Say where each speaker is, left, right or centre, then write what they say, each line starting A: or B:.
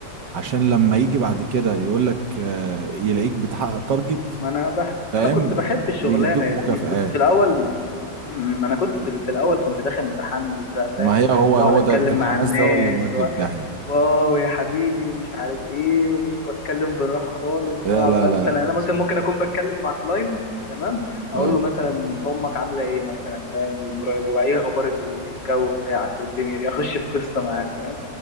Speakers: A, on the right; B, on the left.
A: عشان لما يجي بعد كده يقول لك آه، يلاقيك بتحقق تارجت
B: ما انا بح...
A: فاهم
B: ما انا كنت بحب الشغلانه
A: يدوك
B: يا
A: مكافآت
B: زميلي كنت في الاول م- م، انا كنت بال- في الاول كنت داخل متحمس بقى فاهم
A: ما هي هو
B: واقعد
A: هو
B: اتكلم
A: ده الحماس
B: مع الناس
A: ده هو اللي بيودي في داهية
B: واو يا حبيبي ومش عارف ايه واتكلم بالراحه خالص
A: لا
B: واقعد
A: لا
B: بقى
A: لا
B: مثلا انا مثلا ممكن اكون بتكلم مع كلاينت تمام اقول
A: اه
B: له مثلا امك عامله ايه مثلا فاهم ومراقب وايه اخبار الجو بتاعك والدنيا دي اخش في قصه معاه فاهم